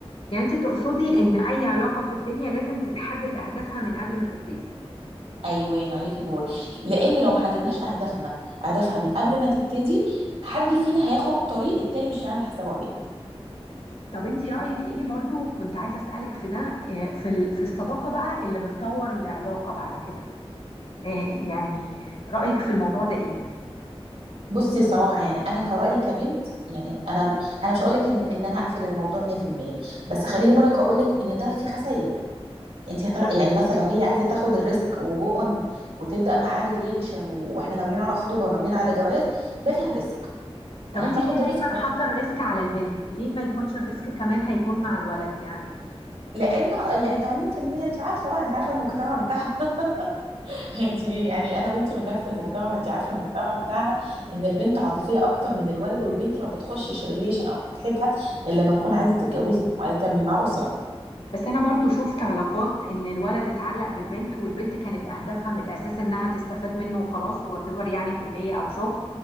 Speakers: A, on the left (about 65°); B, on the right (about 80°).
A: يعني انت تقصدي
B: ود...
A: ان اي علاقه في الدنيا لازم تتحدد اهدافها من قبل ما تبتدي
B: ايوان عليكي نور لان لو ما حددناش اهدافنا اهدافها من قبل ما تبتدي حد فينا هياخد طريق التاني مش هيعمل حسابه عليه
A: طب انتي رأيك ايه برضو كنت عايزة أسألك في ده آه، في ال- في الصداقة بقى اللي بتطور العلاقة بعد كده آه، يعني رأيك في الموضوع ده ايه
B: بصي صراحه يعني انا كرأيي كبنت يعني انا انا مش هقول لك ان ان انا اقفل الموضوع 100% بس خليني برك اقول لك ان ده فيه خسائر انت هتغ...
A: طب
B: يعني مثلا لو هي عايزه تاخد الريسك وجو اون وتبدا معاه ريليشن واحنا ناويين على خطوبه وناويين على جواز ده فيها ريسك
A: طب
B: يعني
A: انتي
B: هتاخد
A: ليه دايما
B: الريسك وهت...
A: حاطة الريسك على البنت ليه ما يكونش الريسك كمان هيكون مع الولد يعني
B: لان يعني 80% انت عارفه بقى انت عارفه المجتمع بتاعنا <laughs> دي يعني انا وانتي من نفس المجتمع ما انت عارفه المجتمع بتاعنا ان البنت عاطفيه اكتر من الولد والبنت ما بتخشش ريليشن او بتحب حد الا لما تكون عايزه تتجوزه وعايزه تعمل معاه اسره
A: بس انا برضو شفت علاقات ان الولد اتعلق بالبنت والبنت كانت اهدافها من الاساس انها تستفاد منه وخلاص واتيفر يعني كلية او شغل